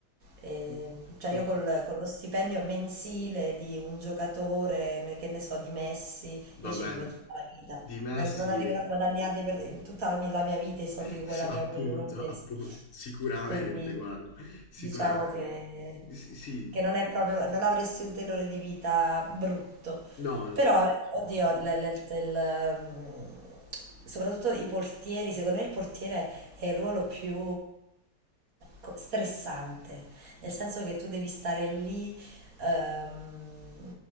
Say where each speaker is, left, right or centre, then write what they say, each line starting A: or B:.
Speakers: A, on the right; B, on the left.
A: Ehm,
B: Pu-
A: cioè
B: pur-
A: io col- con lo stipendio mensile di un giocatore, ne- che ne so, di Messi,
B: Vabbè,
A: io ci vivo
B: ma-
A: tutta la vita.
B: di Messi
A: Non, non arriverò
B: è...
A: a guadagnarli per in tutta la mia la mia vita i soldi
B: <laughs>
A: che guadagna
B: sì, Appunto,
A: quello in un mese.
B: appunto, sicuramente,
A: Quindi
B: guarda, sicuramente.
A: diciamo che
B: Sì, sì.
A: che non è proprio, non avresti un tenore di vita brutto.
B: no, no,
A: Però, vabbè,
B: no, sicuramente.
A: oddio, il- il- il- il- mm, soprattutto i portieri, secondo me il portiere è il ruolo più co- stressante, nel senso che tu devi stare lì, ehm,